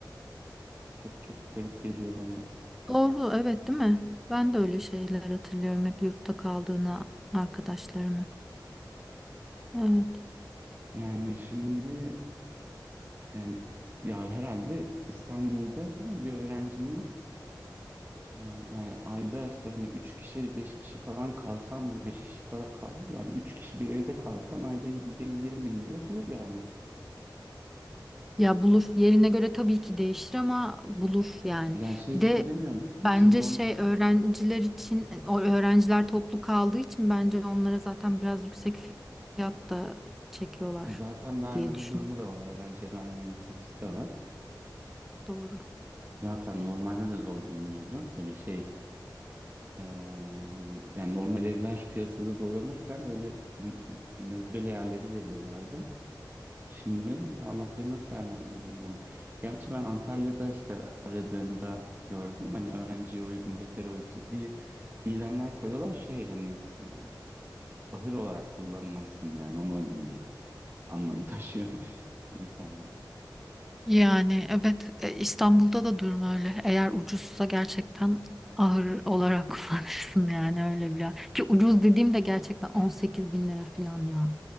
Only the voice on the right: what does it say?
çok çok garip geliyor bana.
Yani şimdi yani ya herhalde İstanbul'da değil mi bir öğrencinin Aa, Yani ayda işte hani 3 kişi 5 kişi falan kalsam bir 5 kişi kal, kal- yani 3 kişi bir evde kalsan ayda gene yirmi bin liraya bulur yani.
Yani şey
için
demiyorum
sizin orada
Ha, zaten vermeme
durumu da var öğrenciye vermiyorum hikayesi de var.
Zaten normalde de zor bulunuyordu böyle şey eee, yani normal evler piyasada dolanırken öyle m- m- mezbele yerleri veriyorlardı. Şimdi Allah bilir nasıl yer vermiyorlardır. Gerçi ben Antalya'da işte aradığımda gördüm. Hani öğrenciye uygun, bekara uygun <laughs> diye ilanlar koyuyorlar. Şey hani e, ahır olarak kullanmazsın yani ona uygun değil. Anlamı taşıyor <laughs> ifade.